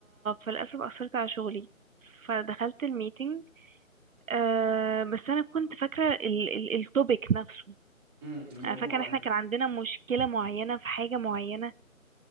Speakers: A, on the right; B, in the centre.
A: فللأسف أثرت على شغلي فدخلت الميتنج آه بس أنا كنت فاكرة ال... ال... التوبيك نفسه
B: مم. الموضوع
A: أنا فاكرة إن احنا
B: ايوه
A: كان عندنا مشكلة معينة في حاجة معينة